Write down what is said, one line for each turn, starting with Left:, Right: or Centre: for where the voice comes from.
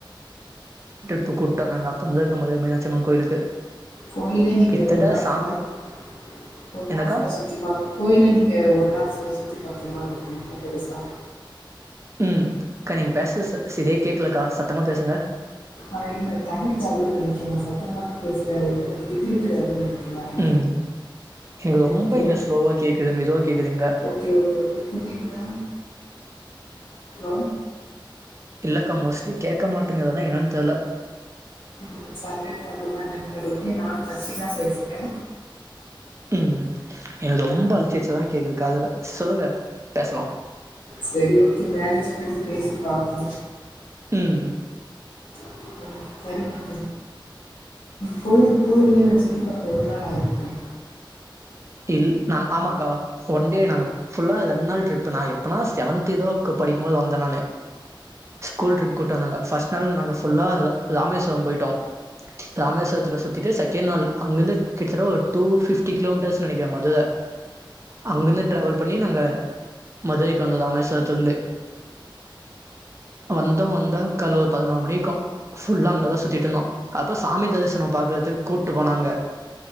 Right: இப்ப கூட்டோதாங்க அப்ப இருக்கு போது மீனாட்சியம்மன் கோயிலுக்கு
Left: கோயிலே நீங்க
Right: கிட்டத்தட்ட
Left: ஒரு நாள்
Right: சாமி
Left: ஃபுல்லா சுத்தி ஒரு நாள்
Right: என்னக்கா?
Left: ஃபுல்லா சுத்தி பாக் கோயிலே நீங்க ஒரு நாள் ஃபுல்லா சுத்தி பாத்த மாரி இருக்கு பெருசா
Right: ம் அக்கா நீங்க பேசுறது ச சரியா கேக்கலக்கா சத் த்தமா பேசுங்க
Left: ஆ இல்ல டவர் ப்ராளம்னு நெனைக்கிறே நா சத்தமாதா பேசுறது என்ன விட்டுக்கிட்டு வருதுன்ன
Right: ம். எனக்கு ரொம்ப
Left: ஓகே
Right: இங்க ஸ்லோவா கேட்குது. மெதுவா கேட்குதுங்க.
Left: ஓகே ஓகே ஓகே இப்ப கேக்குதா ஆ
Right: இல்லக்கா மோஸ்ட்லி கேட்க மாட்டேங்கிது அதா என்னன்னு தெர்ல
Left: ம் சரவே ப்ரப்பளமா என்னனு தெரியல நானு கத்திதா பேசுறே
Right: ம் எனக்கு ரொம்ப அழிச்சி வச்சதா கேக்குதுக்குது காதுல சொல்லுங்க பேசலாம்.
Left: சரி ஓகே <unintelligible> அ பேசி பாப்போ
Right: ம்
Left: <unintelligible> கோய கோயிலய சுத்தி பாக்க ஒரு நாள் ஆயிருக்குங்க
Right: இல் ந ஆமாக்கா ஒன் டே நா ஃபுல்லா ரெண்டு நாள் ட்ரிப் எப்பனா செவன்த் த்து ஏதோக்கு படிக்கு போது வந்தே நானு ஸ்கூல் ட்ரிப் கூப்பிட்டு வந்தாங்க ஃபர்ஸ்ட் நாள் நாங்க ஃபுல்லா ராமேஸ்வரம் போயிட்டோ ராமேஸ்வரத்துல சுத்திட்டு செகண்ட் நாள் அங்கிருந்து கிட்டத்தட்ட ஒரு டூ பிப்டி கிலோமீட்டர்ஸ் நினைக்கிற மதுர அங்கிருந்து டிரவல் பண்ணி நாங்க மதுரைக்கு வந்தோ ராமோஷ்வரத்தில இருந்து வந்தோ வந்த கலோ பதினொரு மணி இருக்கு ஃபுல்லா அங்க தா சுத்திட்டு இருந்தோ அப்ப சாமி தரிசனம் பாக்குறதுக்கு கூப்புட்டு போனாங்க